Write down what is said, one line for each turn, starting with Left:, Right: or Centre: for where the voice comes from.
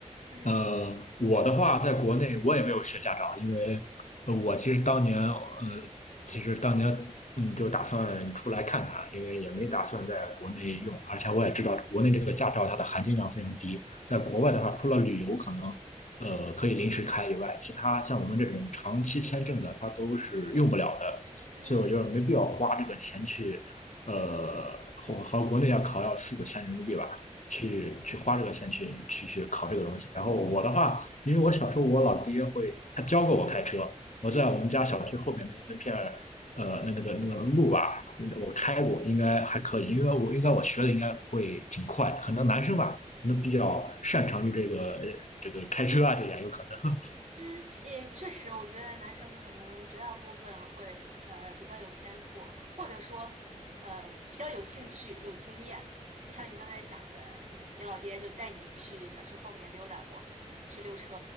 Right: 嗯
Left: 呃，我的话，在国内我也没有学驾照，因为呃我其实当年，嗯。其实当年嗯就打算出来看看啊，因为也没打算在国内用，而且我也知道国内这个驾照它的含金量非常低，在国外的话，除了旅游可能呃可以临时开以外，其他像我们这种长期签证的，它都是用不了的，
Right: 嗯
Left: 所以我觉得没必要花这个钱去呃，和和国内要考要四五千人民币吧。去去花这个钱去去去考这个东西。然后我的话，因为我小时候我老爹会他教过我开车，我在我们家小区后面的那片
Right: 嗯，
Left: 呃，那那个那个路啊，我开过，应该还可以，因为我应该我学的应该会挺快，可能男生吧，可能比较擅长于这个这个开车啊，这样有可能。
Right: 嗯，也确实，我觉得男生可能绝大部分会呃比较有天赋，或者说呃比较有兴趣、有经验。就像你刚才讲的，嗯，你老爹就带你去小区后面溜达过，去溜车。